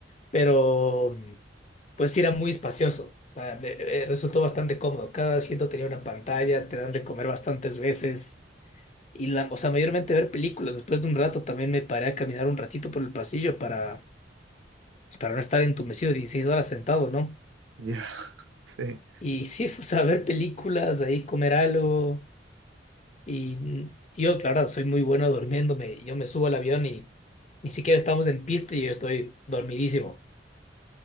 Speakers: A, on the left (about 35°); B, on the right (about 80°).
A: pero. pues sí era muy espacioso, o sea, le- eh, resultó bastante cómodo. Cada asiento tenía una pantalla, te dan de comer bastantes veces y la, o sea, mayormente ver películas. Después de un rato también me paré a caminar un ratito por el pasillo para, pues, para no estar entumecido 16 horas sentado, ¿no?
B: Ya, <laughs> sí.
A: Y sí, <laughs> o sea, ver películas, ahí comer algo y mm, yo, claro, soy muy bueno durmiéndome. Yo me subo al avión y ni siquiera estamos en pista y yo estoy dormidísimo.